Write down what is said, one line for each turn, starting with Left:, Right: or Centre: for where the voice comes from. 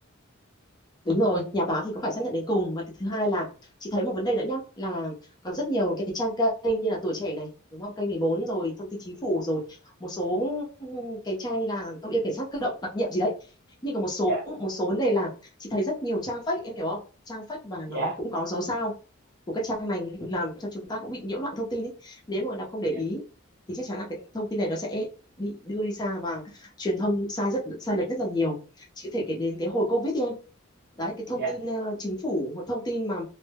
Left: đúng rồi, nhà báo thì cũng phải xác nhận đến cùng và cái thứ hai là chị thấy một vấn đề nữa nhá là có rất nhiều cái, cái trang kênh như là Tuổi Trẻ này đúng không kênh 14 rồi thông tin chính phủ rồi một số ừ, cái trang như là tôi yêu cảnh sát cơ động đặc nhiệm gì đấy nhưng còn một số
Right: dạ
Left: một số vấn đề là chị thấy rất nhiều trang fake em hiểu không trang fake và
Right: dạ
Left: nó cũng có dấu sao của các trang này làm cho chúng ta cũng bị nhiễu loạn thông tin ấy. Nếu mà đọc không để
Right: dạ
Left: ý thì chắc chắn là cái thông tin này nó sẽ bị đưa đi xa và truyền thông sai rất sai lệch rất là nhiều chỉ có thể kể đến cái hồi covid đi em đấy cái thông
Right: dạ
Left: tin ờ, chính phủ một thông tin mà